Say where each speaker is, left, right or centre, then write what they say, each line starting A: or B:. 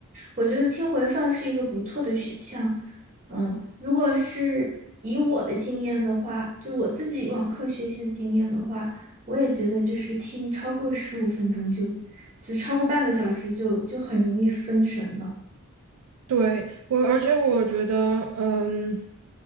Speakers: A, on the right (about 35°); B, on the right (about 80°).
A: 我觉得听回放是一个不错的选项。嗯，如果是以我的经验的话，就我自己网课学习的经验的话，我也觉得就是听超过十五分钟就，就超过半个小时就就很容易分神了。
B: 对，我，而且我觉得，嗯，